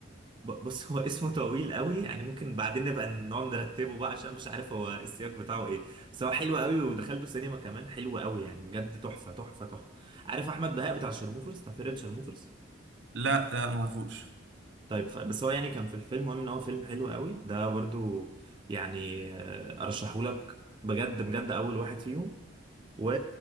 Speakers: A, on the right (about 25°); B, on the right (about 70°).
A: ب- بص هو اسمه طويل قوي يعني ممكن بعدين نبقى نقعد نرتبه بقى عشان مش عارف هو السياق بتاعه ايه بس هو حلو قوي ودخلته سينما كمان حلو قوي يعني بجد تحفه تحفه تحفه عارف احمد بهاء بتاع شرموفرز بتاع فرقه شرموفرز
B: لا لا ما اعرفوش
A: طيب خ- بس هو يعني كان في الفيلم المهم ان هو فيلم حلو قوي ده برضو يعني آه، ارشحه لك بجد بجد اول واحد فيهم و